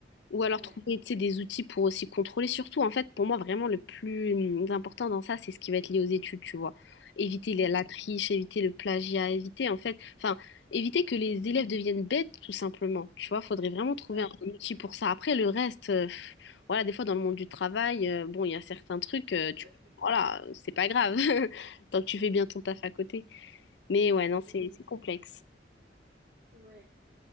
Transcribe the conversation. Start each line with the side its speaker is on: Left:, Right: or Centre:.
Left: Ou alors
Right: Ouais,
Left: trouver, tu sais, des outils pour aussi contrôler. Surtout, en fait, pour moi, vraiment, le plus hum, important dans ça, c'est ce qui va être lié aux études, tu vois. Éviter
Right: exactement.
Left: les- la triche, éviter le plagiat, éviter, en fait, enfin, éviter que les
Right: Ouais,
Left: élèves deviennent bêtes, tout simplement. Tu vois, faudrait vraiment trouver
Right: ça
Left: un, outil pour ça. Après, le reste, euh, pff, voilà, des fois, dans le monde du travail, euh, bon, il y a certains trucs, euh, tu,
Right: peut être utile.
Left: voilà, c'est pas grave, <laughs> tant que tu fais bien ton taf à côté. Mais ouais, non, c'est
Right: Oui.
Left: c'est complexe.
Right: Ouais,